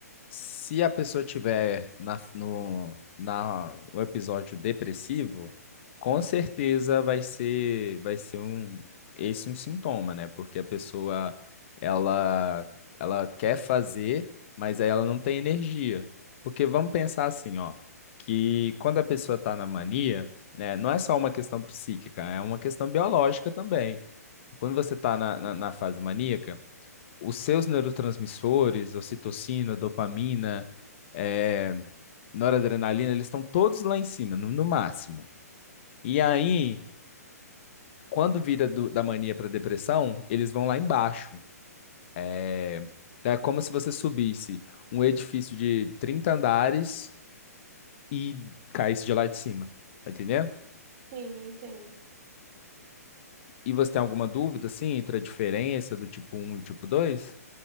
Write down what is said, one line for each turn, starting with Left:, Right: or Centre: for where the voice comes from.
Left: Se a pessoa tiver na, no, na, no episódio depressivo, com certeza vai ser, vai ser um, esse um sintoma, né? Porque a pessoa, ela, ela quer fazer, mas aí ela não tem energia. Porque vamos pensar assim, ó, que quando a pessoa está na mania, né, não é só uma questão psíquica, é uma questão biológica também. Quando você está na, na na fase maníaca, os seus neurotransmissores, ocitocina, dopamina, eh, noradrenalina, eles estão todos lá em cima, no, no máximo. E aí, quando vira do- da mania para depressão, eles vão lá embaixo. É, então é como se você subisse um edifício de 30 andares e caísse de lá de cima, tá entendendo?
Right: Sim, eu entendo.
Left: E você tem alguma dúvida, assim, entre a diferença do tipo um e o tipo dois?